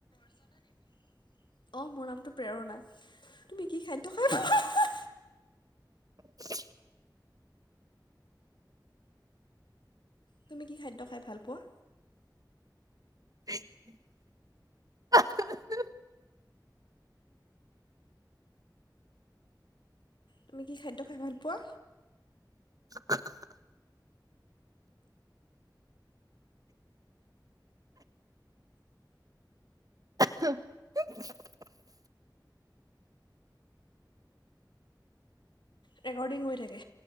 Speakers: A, on the left; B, on the right.
A: অৰ্চনা দেৱী। অঁ মোৰ নামটো প্ৰেৰণা, তুমি কি খাদ্য খাই
B: <unintelligible>
A: তুমি কি খাদ্য খাই ভাল পোৱা?
B: <unintelligible> <unintelligible>
A: তুমি কি খাদ্য খাই ভাল পোৱা?
B: <unintelligible> <inaudible>
A: ৰেকৰ্ডিং হৈ থাকে।